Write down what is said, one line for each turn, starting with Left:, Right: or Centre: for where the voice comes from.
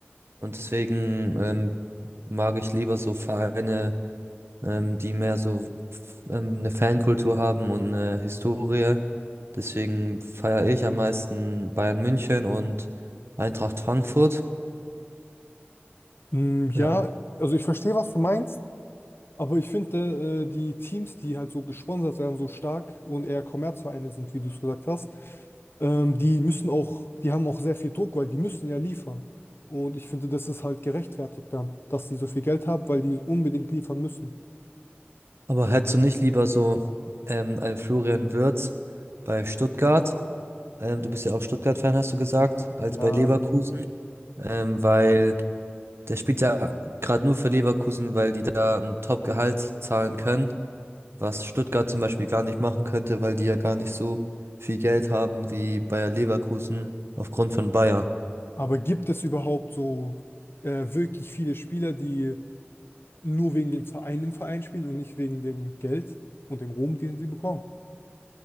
Right: Und deswegen ähm, mag ich lieber so Vereine, ähm, die mehr so f- ähm, eine Fankultur haben und eine Historie. Deswegen feiere ich am meisten Bayern München und Eintracht Frankfurt.
Left: Mm, ja,
Right: Ja.
Left: also ich verstehe, was du meinst, aber ich finde, äh, die Teams, die halt so gesponsert werden, so stark und eher Kommerzvereine sind, wie du es gesagt hast, ähm, die müssen auch, die haben auch sehr viel Druck, weil die müssen ja liefern. Und ich finde, das ist halt gerechtfertigt dann, dass die so viel Geld haben, weil die unbedingt liefern müssen.
Right: Aber hättest du nicht lieber so ähm, einen Florian Wirtz bei Stuttgart? Ähm, du bist ja auch Stuttgart-Fan, hast du gesagt, als
Left: Ja,
Right: bei Leverkusen. Ähm, weil der spielt ja gerade nur für Leverkusen, weil die da ein Top-Gehalt zahlen können. was Stuttgart zum Beispiel gar nicht machen könnte, weil die ja gar nicht so viel Geld haben wie Bayer Leverkusen aufgrund von Bayer.
Left: aber gibt es überhaupt so äh, wirklich viele Spieler, die nur wegen dem Verein im Verein spielen und nicht wegen dem Geld und dem Ruhm, den sie bekommen.